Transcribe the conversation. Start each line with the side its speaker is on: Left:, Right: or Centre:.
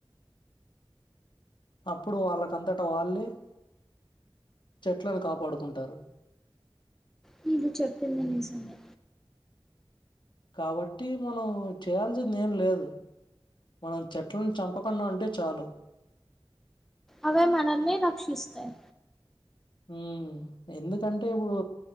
Left: అప్పుడు వాళ్ళకంతట వాళ్ళే చెట్లను కాపాడుకుంటారు.
Centre: మీరు చెప్పింది నిజమే
Left: కాబట్టి మనం చేయాల్సిందేం లేదు. మనం చెట్లను చంపకుండా ఉంటే చాలు
Centre: అవే మనల్ని రక్షిస్తయ్
Left: ఊ ఎందుకంటే ఇప్పుడు